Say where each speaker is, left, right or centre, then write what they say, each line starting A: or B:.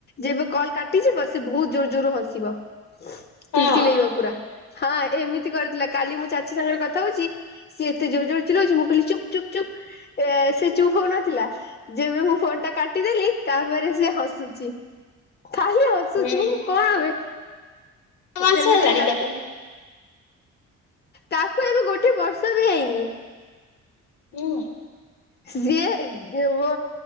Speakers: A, on the left (about 35°); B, on the left (about 80°).
A: ଯେବେ କଲ କାଟି ଯିବ ସେ ବହୁତ ଜୋର୍ ଜୋର୍ ହସିବ।
B: ହଁ
A: କିଲକିଲେଇବ ପୁରା ହଁ ଏମିତି କରିଥିଲା କାଲି ମୁଁ ଚାଚୀ ସାଙ୍ଗରେ କଥା ହଉଚି ସିଏ ଏତେ ଜୋର୍ ଜୋର୍ ଚିଲଉ ମୁଁ କହିଲି ଚୁପ୍ ଚୁପ୍ ଚୁପ୍ ଏ ସେ ଚୁପ୍ ହୋଉନଥିଲା ଯେବେ ମୁଁ ଫୋନ୍ ଟା କାଟିଦେଲି ତାପରେ ସିଏ ହସୁଚି ଖାଲି ହସୁଚି
B: ହୁଁ।
A: ମୁଁ କଣ ବେ
B: ମାସ
A: ଏମିତି
B: ହେଲାଣି
A: ହେଲା
B: ତାକୁ।
A: ତାକୁ ଏବେ ଗୋଟେ ବର୍ଷ ବି ହେଇନି
B: ହୁଁ।
A: ସିଏ ଦ ମୋ